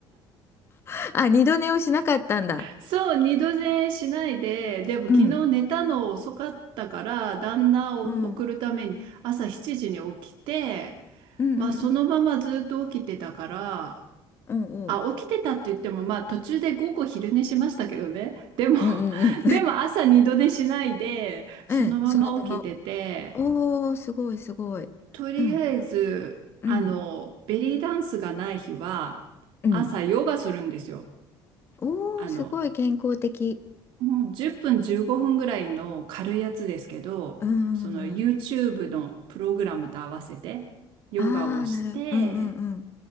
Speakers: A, on the left; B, on the right.
A: <laughs> あ二度寝をしなかったんだ
B: そう、二度寝しないで、でも昨日寝たの遅かったから、
A: うん
B: 旦那を送るために朝7時に起きて、
A: うんうんうん
B: まあそのままずっと起きてたから、
A: うんう
B: あ、起きてたって言っても、まあ途中で午後昼寝しましたけどね。でも、
A: んうんうんうんうん
B: でも朝二度寝しないで、
A: <laughs>
B: そのまま起きてて、
A: うんそのままおー、すごい、すごい。
B: とりあえず、
A: うん、うん、
B: あの、ベリーダンスがない日は、
A: うん。
B: 朝ヨガするんですよ。
A: おー、
B: あの、
A: すごい健康的。
B: もう10分15分ぐらいの軽いやつですけど、
A: うん、うん、
B: その
A: うん。
B: YouTube のプログラムと合わせてヨガをして、
A: ああ、なる、うん、うん、うん。